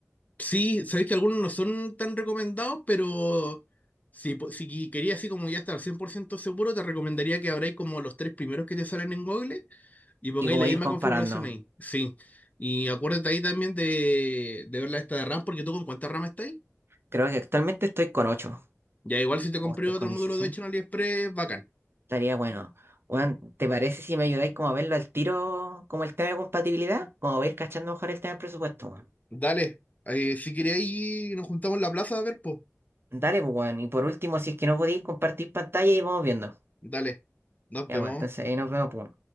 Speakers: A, on the left; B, on the right.
A: Sí, sabéis que algunos no son tan recomendados, pero si, po- si quería así como ya estar 100% seguro, te recomendaría que abráis como los tres primeros que te salen en Google y pongáis
B: y como
A: la misma
B: ir comparando.
A: configuración ahí. Sí. Y acuérdate ahí también de, de ver la esta de RAM, porque tú con cuánta RAM estás.
B: Creo que actualmente estoy con ocho
A: Ya igual si te compré
B: O estoy
A: otro
B: con
A: módulo
B: dieciséis
A: de 8 en AliExpress, bacán.
B: Estaría bueno. Weón, ¿te parece si me ayudáis como a verlo al tiro, como el tema de compatibilidad? Como a ir cachando mejor el tema del presupuesto, weón.
A: Dale. Eh, si queréis, nos juntamos en la plaza a ver, pues.
B: Dale, pues, weón. Y por último, si es que no podéis compartir pantalla y vamos viendo.
A: Dale. Nos vemos.
B: Ya, weón, entonces ahí nos vemos, pues.